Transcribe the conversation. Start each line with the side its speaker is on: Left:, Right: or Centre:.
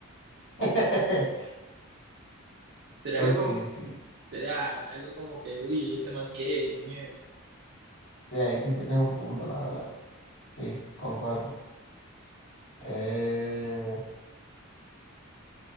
Left: <laughs>
Right: sería
Left: pues
Right: algo como,
Left: sí, sí,
Right: sería algo como que, uy, ¿y este man qué? ¿Quién es?
Left: sí, ahí sí tienes un punto, la verdad, sí, concuerdo. Eh,